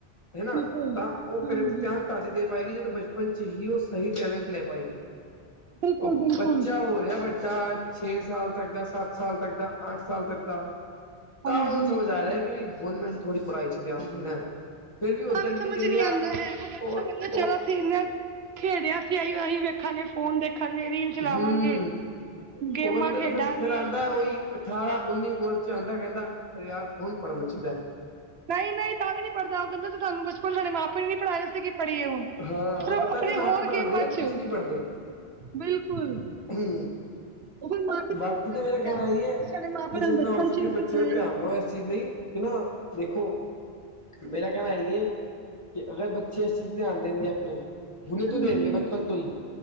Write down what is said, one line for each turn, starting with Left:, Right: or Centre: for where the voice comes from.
Left: ਹਨਾ
Right: ਬਿਲਕੁਲ
Left: ਤਾਂ ਉਹ ਕਰੀਅਰ
Right: ਹਾਂਜੀ
Left: ਤੇ ਧਿਆਨ ਤਦ ਹੀ ਦੇ ਪਾਏਗੀ ਜਦੋਂ ਬਚਪਨ ਚ ਹੀ ਉਹ ਸਹੀ ਟੈਲੈਂਟ ਲੈ ਪਾਏਗੀ।
Right: ਬਿਲਕੁਲ
Left: ਉਹ
Right: ਬਿਲਕੁਲ
Left: ਬੱਚਾ ਹੋ ਰਿਹਾ ਬਟ ਚਾ ਛੇ ਸਾਲ ਤੱਕ ਦਾ, ਸੱਤ ਸਾਲ ਤੱਕ ਦਾ, ਅੱਠ ਸਾਲ ਤੱਕ ਦਾ, ਤਾਂ
Right: ਹਾਂਜੀ
Left: ਉਹਨੂੰ ਸਮਝ ਆ ਰਿਹਾ ਕਿ ਹੁਣ ਥੋੜੀ ਪੜ੍ਹਾਈ ' ਧਿਆਨ ਦੇਣਾ ਫਿਰ ਵੀ ਉੱਧਰ
Right: ਤਾਂ
Left: ਵੀ
Right: ਸਮਝ
Left: ਨਹੀਂ ਦੇ ਰਿਹਾ
Right: ਨੀ ਆਂਦਾ ਹੈ ਬੱਚਾ
Left: ਉਹ ਉਹ
Right: <unintelligible> ਖੇਡਿਆ ਸੀਈ ਅਸੀਂ ਵੇਖਾਂਗੇ ਫੋਨ ਦੇਖ ਦੇਖਾਂਗੇ ਵੀ ਚਲਾਵਾਂਗੇ
Left: ਹੂੰ
Right: ਗੇਮਾਂ
Left: ਉਹ ਬੰਦੇ
Right: ਖੇਡਾਂਗੇ
Left: ਨੂੰ ਫਿਰ ਫਿਰ ਆਉਂਦਾ ਉਹੀ ਅਠਾਰਾਂ ਉੱਨੀ ਉਮਰ 'ਚ ਆਉਂਦਾ ਕਹਿੰਦਾ ਯਾਰ ਹੁਣ ਪੜ੍ਹਨਾ ਚਾਹੀਦਾ ਹੈ।
Right: ਨਹੀਂ ਨਹੀਂ ਤਾਂ ਵੀ ਨੀ ਪੜ੍ਹਦਾ ਉਹ ਕਹਿੰਦਾ ਤੇ ਤੁਹਾਨੂੰ ਬਚਪਨ ਮਾ ਪਓ ਨੇ ਪੜਾਇਆ ਸੀਗੀ ਪੜੀਏ ਹੁਣ
Left: ਹਾਂ
Right: ਫਿਰ
Left: ਪਰ ਉਹ ਤਾਂ
Right: ਆਪਣੇ
Left: ਨੀ ਮਾਂ
Right: ਹੋਰ
Left: ਪਿਓ ਪੜ੍ਹਾਉਂਦੇ
Right: ਗੇਮਾਂ ਚ
Left: ਤੁਸੀਂ ਨੀ ਪੜ੍ਹਦੇ
Right: ਬਿਲਕੁਲ
Left: ਹੂ
Right: ਉਹ ਫਿਰ ਮਾਂ ਪਿਓ
Left: ਬਾਕੀ
Right: ਤੇ ਉਂਗਲ
Left: ਤਾਂ
Right: ਆਂਦੀ
Left: ਮੇਰਾ ਕਹਿਣਾ ਇਹੀ ਹੈ
Right: ਸਾਡੇ ਮਾਂ ਪਿਓ
Left: ਕਿ ਜਿੰਨਾ
Right: ਸਾਨੂੰ ਬਚਪਨ
Left: ਹੋ ਸਕੇ
Right: ਚ ਵੀ
Left: ਬੱਚੇ
Right: ਸਿਖਾਏ
Left: ਦਾ ਧਿਆਨ ਦਓ ਇਸ ਚੀਜ਼ ਲਈ ਕਿ ਨਾ ਦੇਖੋ ਮੇਰਾ ਕਹਿਣਾ ਹੈ ਕਿ ਅਗਰ ਬੱਚੇ ਦੇਗੇ ਆਪਣੇ ਹੁਣੇ ਤੋਂ
Right: ਹਾਂਜੀ
Left: ਦੇਗੇ ਬਚਪਨ ਤੋਂ ਹੀ